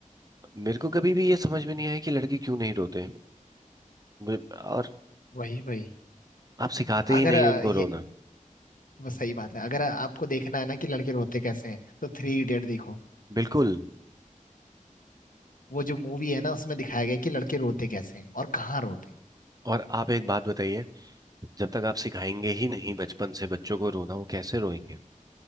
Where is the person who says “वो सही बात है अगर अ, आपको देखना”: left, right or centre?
Left